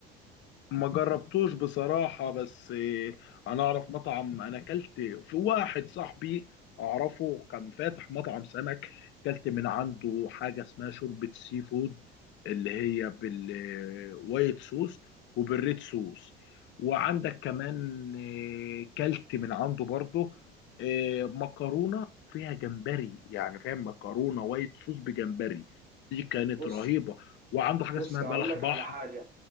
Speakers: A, on the left (about 40°); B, on the right (about 30°).
A: ما جربتوش بصراحة بس إيه، أنا أعرف مطعم أنا أكلت في واحد صاحبي أعرفه كان فاتح مطعم سمك أكلت من عنده حاجة اسمها شوربة سي فود اللي هي بالوايت صوص وبالريد صوص وعندك كمان إيه، كلت من عنده برضه إيه، مكرونة فيها جمبري يعني فاهم مكرونة وايت صوص بجمبري دي كانت
B: بص
A: رهيبة وعنده حاجة
B: بص
A: اسمها
B: هقول
A: بلح
B: لك
A: بحر
B: على حاجه